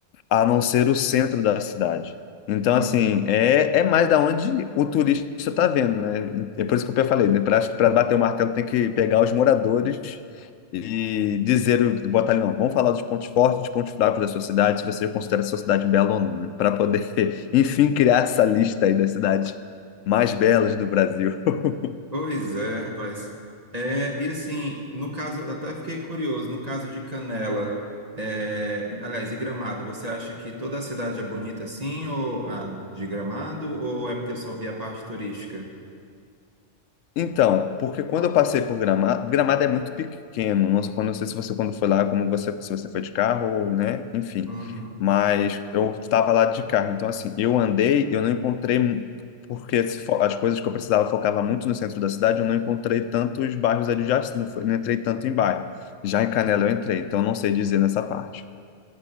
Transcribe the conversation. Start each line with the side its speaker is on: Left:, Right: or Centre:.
Left: a não ser o centro da cidade. Então,
Right: hum,
Left: assim,
Right: hum.
Left: é, é mais da onde o turista está vendo, né? É por isso que eu falei, né? Pra- Acho que para bater o martelo tem que pegar os moradores e dizer, o- botar ali, não, vamos falar dos pontos fortes, dos pontos fracos da sua cidade, se você considera a sua cidade bela ou não, né? Para poder, <laughs> enfim, criar essa lista aí das cidades mais belas do Brasil. <laughs>
Right: Pois é, rapaz. É, e assim, no caso, eu até fiquei curioso, no caso de Canela, é, e- aliás, e Gramado, você acha que toda a cidade é bonita assim, ou ah, de Gramado, ou é porque eu só vi a parte turística?
Left: Então, porque quando eu passei por Gramado, Gramado é muito pequeno, não sei, não sei se você quando foi lá, como você, se você foi de carro, ou, né, enfim,
Right: Uhum.
Left: mas eu estava lá de carro, então assim, eu andei, eu não encontrei, porque se fo- as coisas que eu precisava focava muito no centro da cidade, eu não encontrei tantos bairros adjacentes, não, foi- não entrei tanto em bairro, já em Canela eu entrei, então não sei dizer nessa parte,